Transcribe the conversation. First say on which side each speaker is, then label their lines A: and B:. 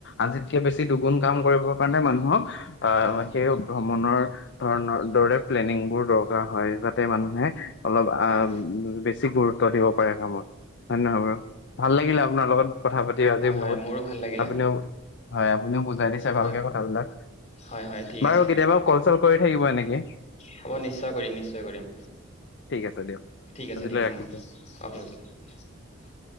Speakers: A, on the left (about 55°); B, on the left (about 35°).
A: আজিতকে বেছি দুখ। গোন কাম কৰিবৰ কাৰণে মানুহক অ
B: হয়
A: সেই ওপৰত ভ্ৰমণৰ ধৰণৰ দৰে প্লেনিং বোৰ দৰকাৰ হয় যাতে মানুহে অলপ আ
B: হয়
A: বেছ ছিপুৰ চ দিব পাৰে কামত হয় নহয় বাৰু? ভাল লাগিলে আপোনাৰ লগত কথা পাতি। আজি
B: হয় হয়
A: বহুত
B: মোৰো ভাল লাগিলে।
A: আপুনিও হয় আপুনিও বুজ লাগিছে
B: হয়
A: ভালকে কথাবিলাক
B: হয় হয় ঠিক
A: বাৰু
B: আছে
A: কেতিয়াবা কল চল কৰি থাকিবা নেকি?
B: হ'ব নিশ্চয় কৰিম নিশ্চয় কৰিম
A: ঠিক আছে দিয়ক
B: ঠিক আছে
A: আজিলৈ
B: দিয়ক
A: ৰাখিছোঁ।
B: Okay okay.